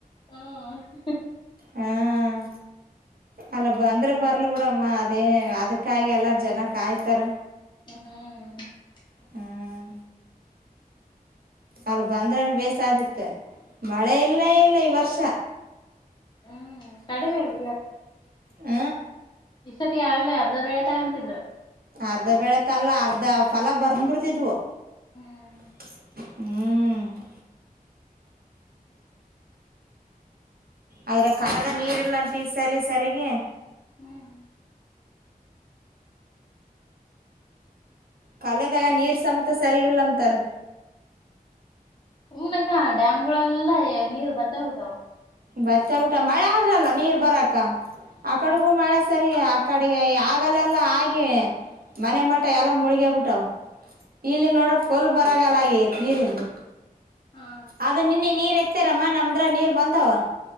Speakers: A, on the left; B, on the right.
A: ಹ್ಮ.
B: ಹಾಂ ಅಲ್ಲ ಬಂದ್ರ ಬರ್ಲ್ ಬಿಡಮ್ಮ ಅದೇ ಅದಕ್ಕಾಗಿ ಎಲ್ಲಾರ್ ಜನ ಕಾಯ್ತಾರ.
A: ಹ್ಮ್ ಹ್ಮ.
B: ಹ್ಞೂ ಅಲ್ಲ ಬಂದ್ರನ ಬೇಸಾ ಆತಿತ್ತ ಮಳೆ ಇಲ್ಲ ಇಲ್ಲ ಈ ವರ್ಷ.
A: ಹ್ಮ್ ಕಡಿಮೆ ಇರಬೇಕ.
B: ಹ್ಮ.
A: ಇಸತಿಗಾಗ್ಲೇ ಅರ್ಧ ಬೇಳೆ ತಗೊಂತಿದ್ರು.
B: ಅರ್ಧ ಬೆಳೆತ್ತಲ್ಲ ಅರ್ಧ ಫಲ ಬರ್ನ್ ಬಿಡ್ತಿದ್ವು.
A: ಹ್ಮ್.
B: ಹ್ಮ್. ಆದರ ಕನದ ನೀರಿಲ್ಲ ಅಂತ ಈ ಸರಿ ಸರಿಗಿ
A: ಹ್ಮ್.
B: ಕಾಲೆದಾಗ ನೀರ್ ಸಮೇತ ಸರಿಗಲ್ಲಂತರ್.
A: ಹೂನಕ್ಕ ಡ್ಯಾಮ್ಗಳೆಲ್ಲಾ ಎ ನೀರ್ ಬತ್ತೆಗ್ ಬಿಟ್ಟಾವ್.
B: ಬತ್ತೆಗ್ ಬಿಟ್ಟಾವ ಮಳೆ ಆದ್ರಲ್ಲ ನೀರ್ ಬರಾಕ ಆಕಡ್ಗೂ
A: ಹ್ಮ್
B: ಮಳೆ ಸರಿ ಆಕಡೆ ಆಗಲ್ಲಲ್ಲ ಆಗೆ ಮನೆ ಮಟ ಎಲ್ಲಾ ಮುಳಗೆಬಿಟ್ಟಾವ ಇಲ್ಲ
A: ಹ್ಮ್
B: ನೋಡು ಫುಲ್ ಬರಗಲಾ ಆಗೇತಿ ನೀರಿಲ್ದ
A: ಹಾ.
B: ಅದ ನಿನ್ನೆ ನೀರ ಎತ್ತ್ಯಾರಮ್ಮ ನಮ್ದ್ರಾಗ ನೀರ ಬಂದವ.